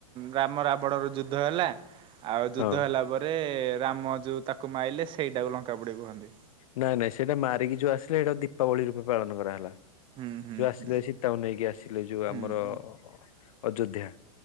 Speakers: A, on the right; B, on the left.
A: ରାମ ରାବଣ ର ଯୁଦ୍ଧ ହେଲା ଆଉ
B: ହଁ
A: ଯୁଦ୍ଧ ହେଲା ପରେ ରାମ ଯୋଉ ତାକୁ ମାଇଲେ ସେଇଟାକୁ ଲଙ୍କା ପୋଡ଼ି କୁହନ୍ତି।
B: ନାଇଁ ନାଇଁ ସେଇଟା ମାରିକି ଯୋଉ ଆସିଲେ ସେଇଟାକୁ ଦୀପାବଳି ରୂପେ ପାଳନ କରଗଲା। ଯୋଉ
A: ହୁଁ ହୁଁ
B: ଆସିଲେ
A: ହୁଁ
B: ସୀତାକୁ ନେଇକି ଆସିଲେ ଯୋଉ
A: ହୁଁ
B: ଆମର
A: ହୁଁ
B: ଅଯୋଧ୍ୟା।